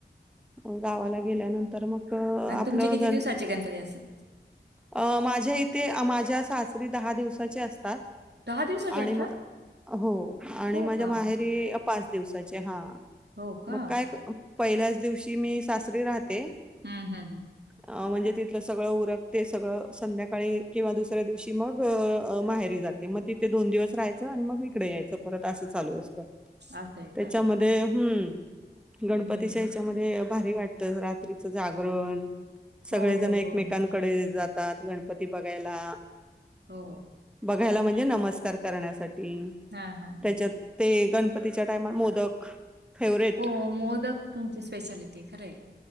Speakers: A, in the centre; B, on the right.
A: मग गावाला गेल्यानंतर मग अ,
B: आणि
A: आपलं
B: तुमचे किती
A: गण
B: दिवसांचे गणपती असतात?
A: अ माझ्या इथे माझ्या सासरी दहा दिवसाचे असतात.
B: दिवसाचे
A: आणि
B: असतात?
A: मा हो आणि
B: हो
A: माझ्या
B: का?
A: माहे री पाच दिवसाचे हा
B: हो का?
A: मग काय अं पहिल्याच दिवशी मी सासरी राहते.
B: हम् हम् हम
A: अ म्हणजे तिथलं सगळं उरकते सगळं संध्याकाळी किंवा दुसऱ्या दिवशी मग अं माहेरी जाते म ती ते दोन दिवस राहायचं आणि मग इकडे यायचं परत असं चालू असतं
B: असं आहे
A: त्याच्याम
B: का? हं,
A: हम्म गणपतीच्या
B: हं, हं.
A: हच्यामध्ये भारी वाटतं रात्रीचं जागरण सगळेजणं
B: हो, हो,
A: एकमेकांकडे
B: हो,
A: जातात गणपती बघायला.
B: हो
A: बघायला म्हणजे नमस्कार करण्यासाठी
B: हां, हां, हां.
A: त्याच्यात ते गणपतीच्या टायमा मोदक फेवरेट
B: हो मोदक तुमची स्पेशालिटी हाय खरंय.